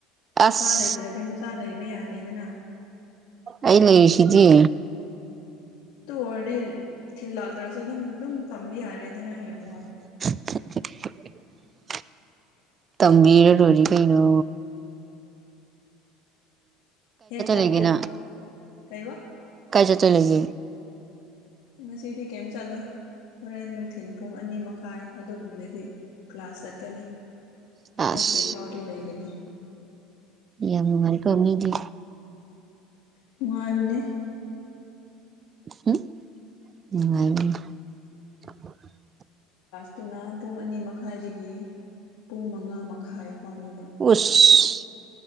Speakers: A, on the left; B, on the right.
A: ꯃꯄꯥ
B: ꯑꯁ
A: ꯂꯩꯇ꯭ꯔꯗꯤ ꯃꯆꯥ ꯂꯩꯕ ꯌꯥꯗꯦꯗꯅ
B: ꯑꯩ ꯂꯩꯔꯤꯁꯤꯗꯤ
A: ꯇ ꯑꯣꯏꯔꯗꯤ ꯊꯤꯜꯂꯛꯇ꯭ꯔꯁꯨ ꯑꯗꯨꯝ ꯑꯗꯨꯝ ꯇꯝꯕ ꯌꯥꯔꯦ ꯑꯗꯨꯅ ꯍꯌꯦꯡ ꯋꯥꯏ
B: <inaudible> ꯇꯝꯕꯤꯔꯣꯔꯤ ꯀꯩꯅꯩꯅꯣ
A: ꯍꯦꯛ ꯄꯣꯒ
B: ꯂꯩꯒꯦ
A: ꯍꯣꯕꯒ
B: ꯅꯪ
A: ꯀꯩ ꯋꯥ
B: ꯀꯥꯏ ꯆ ꯆ ꯂꯩꯒ
A: ꯃ ꯁꯤꯗꯤꯤ ꯀꯦꯝ ꯆꯂꯣꯏ ꯍꯣꯔꯦꯟ ꯅꯨꯡꯊꯤꯤꯟ ꯄꯨꯡ ꯑꯅꯤ ꯃꯈꯥꯏ ꯑꯗꯨꯒꯨꯝꯕꯗꯗꯤ ꯀ꯭ꯂꯥꯁ ꯆꯠꯀꯅꯤ
B: ꯑꯁ
A: ꯐꯆꯔꯤ ꯐꯥꯎꯗꯤ ꯂꯩꯒꯅꯤ
B: ꯌꯥꯝꯉꯔ ꯀꯃꯤꯗꯤ
A: ꯅꯨꯡꯉꯥꯏꯕꯅꯦ
B: ꯎꯝ ꯎꯉ
A: ꯑꯗꯨꯨꯅ ꯄꯨꯡ ꯑꯅꯤ ꯃꯈꯥꯏꯗꯒꯤ ꯄꯨꯡ ꯃꯉꯥ ꯃꯈꯥꯏ ꯐꯥꯎꯅꯦꯕ
B: ꯎꯁ